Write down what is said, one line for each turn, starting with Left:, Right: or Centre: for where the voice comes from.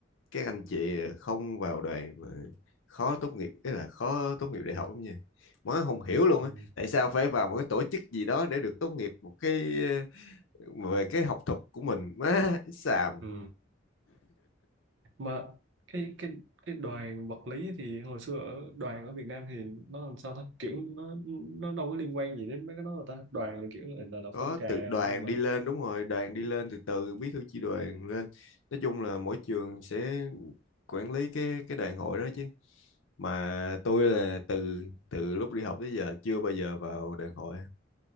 Left: các anh chị không vào đoàn mà khó tốt nghiệp ý là khó tốt nghiệp đại học lắm nha má không hiểu luôn
Right: ừ.
Left: á tại sao phải vào một cái tổ chức gì đó để được tốt nghiệp một cái ờ, về cái học thuật của mình má xàm
Right: Ừ. mà cái cái cái đoàn vật lý thì hồi xưa ở đoàn ở Việt Nam thì nó làm sao ta kiểu nó nó đâu có liên quan gì đến mấy cái đó đâu ta đoàn là kiểu là là, là
Left: có
Right: phong trào
Left: từ đoàn
Right: đó mà
Left: đi lên đúng rồi đoàn đi lên từ từ bí thư chi đoàn lên nói chung là mỗi trường sẽ quản lý cái cái đoàn hội đó chứ mà tôi là từ từ lúc đi học tới giờ chưa bao giờ vào đoàn hội